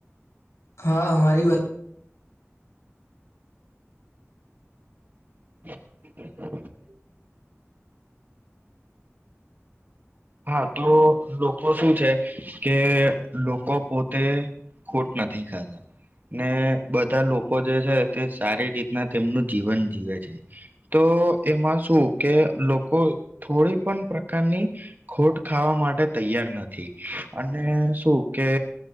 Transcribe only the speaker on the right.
<inaudible> હા તો લોકો સુું છે કે લોકો પોતે ખોટ નથી ખાતા ને બધા લોકો જે છે તે સારી રીતના તેમનું જીવન જીવે છે તો એમાં શું કે લોકો થોડી પણ પ્રકારની ખોટ ખાવા માટે તૈયાર નથી અને શું કે